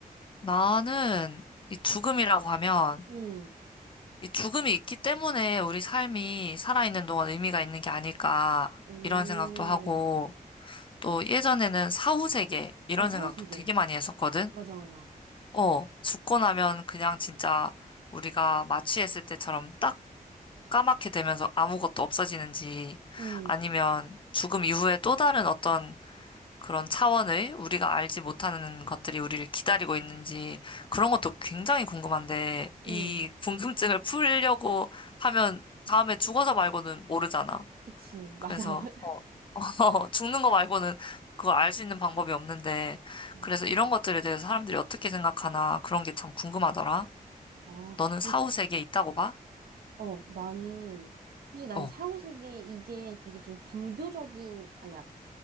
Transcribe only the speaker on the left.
나는 이 죽음이라고 하면
이 죽음이 있기 때문에 우리 삶이 살아있는 동안 의미가 있는 게 아닐까
이런 생각도 하고 또 예전에는 사후세계 이런
생각도
되게 많이 했었거든.
어, 죽고 나면 그냥 진짜 우리가 마취했을 때처럼 딱 까맣게 되면서 아무것도 없어지는지
아니면 죽음 이후에 또 다른 어떤 그런 차원의 우리가 알지 못하는 것들이 우리를 기다리고 있는지 그런 것도 굉장히 궁금한데
이 궁금증을 풀려고 하면 다음에 죽어서 말고는 모르잖아.
그래서
어, <laughs> 어, 죽는 거 말고는 그걸 알 수 있는 방법이 없는데
그래서 이런 것들에 대해서 사람들이 어떻게 생각하나 그런 게 참 궁금하더라.
너는 사후
세계에 있다고 봐?
어,